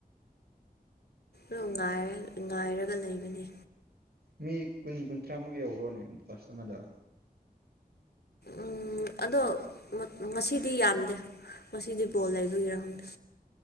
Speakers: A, on the left; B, on the right.
A: ꯔꯨ ꯉꯥꯏꯔ ꯉꯥꯏꯔꯒ ꯂꯩꯕꯅꯦ
B: ꯃꯤ ꯀꯨꯟ ꯀꯨꯟꯊ꯭ꯔꯥꯃꯨꯛ ꯌꯧꯕ꯭ꯔꯣꯅꯦ ꯕꯁ ꯑꯃꯗ
A: ꯎꯝ ꯑꯗꯣ ꯉꯁꯤꯗꯤ ꯌꯥꯝꯗꯦ ꯉꯁꯤꯗꯤ ꯕꯣꯜ ꯂꯩꯕꯒꯤꯔ ꯈꯪꯗꯦ